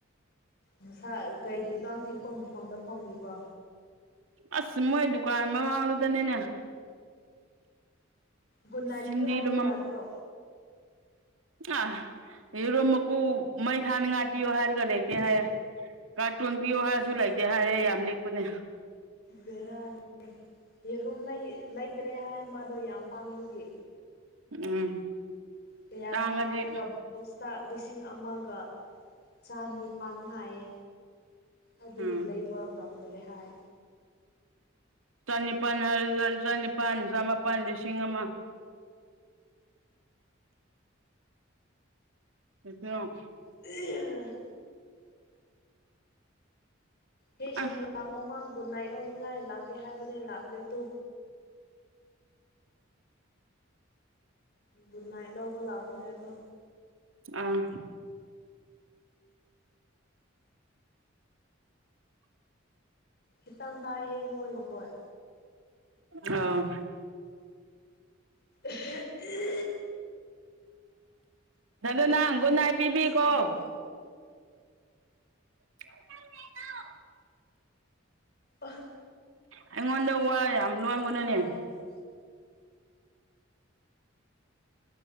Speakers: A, on the left; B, on the right.
A: ꯃꯁꯥ ꯀꯩꯔꯤ ꯀꯥꯡ ꯆꯤꯛꯄ ꯃꯐꯝꯗ ꯐꯝꯃꯤꯕꯣ
B: ꯑꯁ ꯃꯣꯏ ꯗꯨꯀꯥꯟ ꯃꯃꯥꯡꯂꯨꯗꯅꯤꯅꯦ
A: ꯒꯨꯗ ꯅꯥꯏꯠ
B: ꯁꯤꯟꯗꯤꯗꯨ
A: ꯄꯤꯌꯨ ꯍꯥꯏꯕ ꯌꯥꯗ꯭ꯔꯣ
B: ꯑꯥ ꯌꯦꯔꯣ ꯃꯀꯨ ꯃꯩ ꯊꯥꯅ ꯉꯥꯏꯄꯤꯌꯣ ꯍꯥꯏꯔꯒ ꯂꯩꯇꯦ ꯍꯥꯏꯌꯦꯦ ꯀꯥꯔꯇꯨꯟ ꯄꯤꯌꯣ ꯍꯥꯏꯔꯁꯨ ꯂꯩꯇꯦ ꯍꯥꯏꯌꯦ ꯌꯥꯝ ꯂꯦꯛꯄꯅꯦ
A: ꯕꯦꯔꯥꯅꯤ ꯌꯦꯔꯨꯝ ꯂꯩꯗ꯭ꯔꯦ ꯍꯥꯏ ꯃꯥꯗꯣ ꯌꯥꯝ ꯄꯥꯡꯕꯒꯤ
B: ꯎꯝ
A: ꯀꯌꯥꯅꯣ
B: ꯇꯥꯡꯉꯗꯤ
A: ꯍꯥꯏꯔꯒ ꯕꯣꯛꯁꯇ ꯂꯤꯁꯤꯡ ꯑꯃꯒ ꯆꯅꯤꯄꯥꯥꯟ ꯍꯥꯏꯌꯦ ꯑꯗꯨꯒꯤ
B: ꯎꯝ
A: ꯂꯩꯕ ꯉꯝꯗ꯭ꯔꯦ ꯍꯥꯏ
B: ꯆꯅꯤꯄꯥꯟ ꯍꯥꯏꯗ ꯆꯅꯤꯄꯥꯟ ꯆꯃꯥꯄꯜ ꯂꯤꯁꯤꯡ ꯑꯃ ꯑꯗꯨꯁꯨꯣ
A: ꯑ ꯍꯦ ꯁꯤꯝꯂꯥ
B: ꯑ
A: ꯃꯃꯥ ꯒꯨꯗ ꯅꯥꯏꯠ ꯂꯧꯅꯤꯡꯉꯥꯏ ꯂꯥꯛꯀꯦ ꯍꯥꯏꯕꯅꯦ ꯂꯥꯛꯈ꯭ꯔꯦ ꯇꯨ ꯒꯨꯟꯅꯥꯏ ꯂꯧꯕ ꯂꯥꯛꯕꯅꯦ ꯑꯗꯣ
B: ꯑꯥ
A: ꯈꯤꯇꯪ ꯇꯥꯏꯍꯦ ꯃꯣꯏ ꯃꯈꯣꯠ
B: ꯑ
A: <unintelligible>
B: ꯑꯗꯣ ꯅꯪ ꯒꯨꯟ ꯅꯥꯏ ꯄꯤꯕꯤꯈꯣ
A: ꯑꯁ ꯊꯕꯛ
B: <unintelligible>
A: ꯑꯥ
B: ꯑꯩꯉꯣꯟꯗ ꯋꯥ ꯌꯥꯝ ꯂꯣꯟꯒꯅꯨꯅꯦ
A: ꯇꯥꯔꯦꯍꯦ